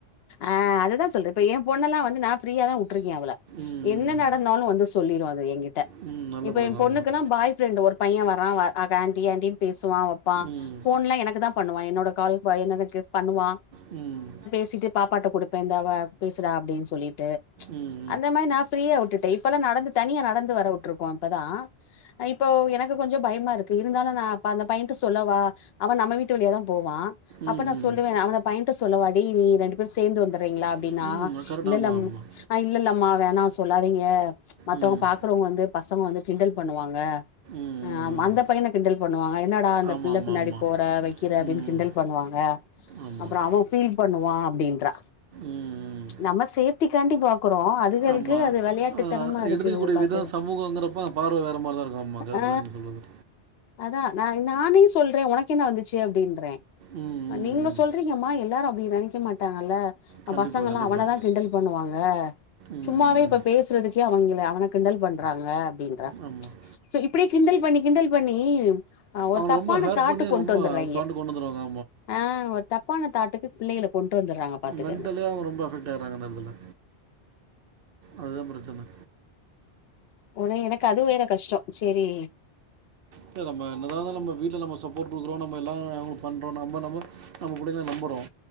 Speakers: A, on the left (about 70°); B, on the right (about 60°).
A: ஆ அததா சொல்ற இப்ப எ பொண்ணல்லா வந்து நா ஃப்ரீயா தா ட்ருக்கே அவள
B: ம்
A: என்ன
B: ம்
A: நடந்தாலு வந்து சொல்லிருவா ட்ரஎங்கி ட்ட
B: ம் நல்ல
A: இப்ப
B: பழக்கம்
A: எ பொண்ணுக்குனா
B: ஆமாம்
A: பாய் ப்ரெண்ட் ஒரு பைய வரா ஆண்டி ஆண்டின்னு பேஸ் பேசுவா வப்பா
B: ம்
A: போன்லா எனக்கு தா பண்ணுவா என்னோட கால் பையநெனக்கு பண்ணுவா
B: ம்
A: பேசிட்டு பாப்பாட்ட கொடுப்பே இந்தாவ பேசுறா அப்டின் சொல்லிட் டு ச்
B: ம் ம்
A: அந்த மாரி நா ஃப்ரீயா விட்டுட்டே இப்பெல்லா நடந்து தனியா நடந்து வர உட்ருக்கோ இப்பதா இப்போ எனக்கு கொஞ்ச பயமா இருக் கு இருந்தாலு நா அந்த பையன்ட்ட சொல்லவா அவ நம்ம வீட்டு வழியாதா போவா அப்ப
B: ம் ம்
A: நா சொல்லுவே அவந்த பயன்ட்ட சொல்லவா நீங்க ரெண்டு பேர் சேர்ந்து வந்த ந்தர்ங்களா அப்டிங்களா
B: ம் ம்
A: அப்டினா
B: கரெக்ட் ஆமாம் ஆமாம்
A: இல்லல் இல்லல்ல வேணா சொல்லாதீங்க மத்தவங்
B: ம்
A: பாக்குறவங்க வந்து பசங்க வந்து கிண்டல் பண்ணுவாங்க
B: ம் ம்
A: ஆ
B: ம்
A: அந்த பையன கிண்டல் பண்ணுவாங்க என்னடா அந்த
B: ஆமாம்
A: பிள்ள பின்னாடி
B: ஆமாம் ஆமாம்
A: போற வெக்கிற அப்டினு
B: ம்
A: கிண்டல் பண்ணுவாங்க
B: ஆமாம்
A: அப்ற அவ பீல் வா அப்டின்றா
B: ம் ம்
A: நம்ம சேஃப்டிகாண்டி பாக்கறோ அதுகளுக்கு
B: ஆமாம்
A: அது விளயாட்டுத்தனமா இருக்கு
B: எடுத்துக்கக்கூடிய
A: பாத்து
B: விதம் சமூகங்கிறப்ப பார்வை வேறு மாதிரி தான் இருக்கும் ஆமாம் கரெக்டாக
A: ஆ
B: தான் நீங்கள் சொல்கிறது
A: அதா நா நானே சொல்றே உனக்கு என்ன வந்துச்சு அப்டின்றே
B: ம் ம்
A: நீங்க
B: ம்
A: சொல்றீங்கம்மா எல்லாரும் நெனைக்க மாட்டாங்கல
B: கண்டிப்பாக
A: பசங்கலாம்
B: கண்டிப்பாக
A: அவனதான் கிண்டல் பண்ணுவாங்க
B: ம்
A: சும்மாவே இப்ப பேசுறதுக்கே அவங்கள அவ கிண்டல்பண்றா ங்க அப்டின்றா
B: ஆமாம்
A: ச்சு சோ இப்டியே கிண்டல் பண்ணி கிண்டல் பண்ணி ஹ ஒரு
B: அவங்கள
A: தப்பான
B: ரொம்ப ஹர்ட்
A: தாட்டு
B: பண்ணி
A: கொண்டு
B: ரொம்ப
A: வந்துடுறேங்க
B: தாண்டு கொண்டு வந்துடுவாங்க
A: ஆஹ் ஒரு தப்பான தாட்டுக்கு பிள்ளைகள கொண்டு வந்துடுறாங்க பாத்துக்கங்க
B: மென்டலியா அவங்க ரொம்ப அஃபெக்ட் ஆயறாங்க அந்த இடத்துல அதுதான் பிரச்சனை
A: உன எனக்கு அதுவும் வேற கஷ்டம் சரி
B: இல்ல நம் என்னத நம்ம வீட்டுல நம் சப்போர்ட் கொடுக்குறோ நம்ம நம்ம எல்லாம் நம பண்ணுறோம் நம்ம நம்மம்ம பிள்ளை நம்புறோம் <unintelligible>